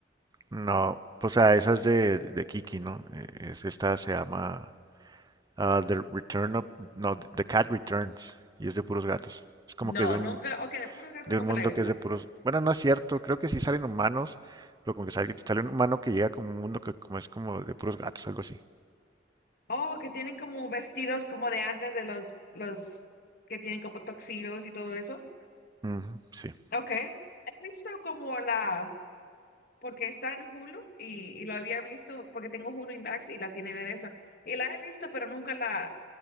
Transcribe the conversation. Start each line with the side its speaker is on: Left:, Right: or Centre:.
Right: No, o sea, esa es de, de Kiki, ¿no? Eh, es- esta se llama ah, The Return of, no, The Cat Returns y es de puros gatos. Es como
Left: No,
Right: que de un,
Left: nunca, ok, de puros gatos
Right: de
Left: nunca
Right: un mundo
Left: la he visto.
Right: que es de puros, bueno, no es cierto, creo que sí salen humanos, pero como que sale, sale un humano que llega como un mundo que como es como de puros gatos, algo así.
Left: Oh, que tienen como vestidos como de antes de los, los que tienen como tuxedos y todo eso.
Right: Ujú, sí.
Left: Ok. He visto como la, porque está en Hulu y, y lo había visto porque tengo Hulu y Max y la tienen en eso. Y la he visto, pero nunca la,